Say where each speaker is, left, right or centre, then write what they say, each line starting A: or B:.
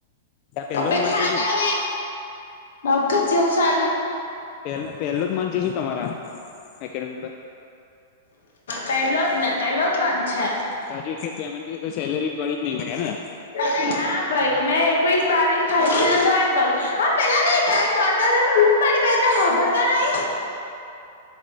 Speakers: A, on the left (about 40°); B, on the left (about 75°).
A: પેલો
B: ત ભે
A: જ મન
B: થા
A: છે
B: ને
A: શું
B: આવે મગજ જેવું સાલું
A: પહે પહેલો જ મનથ છે શું તમારા એકેડેમી પર
B: પેલો જો ને પેલો જ મનથ
A: પર હજુ કે પેમેન્ટ સેલેરી ગળી જ નહી હોય ને
B: છે <inaudible> ના ભાઈ મેં એકવીસ બાવીસ તરીકે તો જોઈન કરયુ દોડતામે મે બુમ પડી તમ હંભળતા નહીં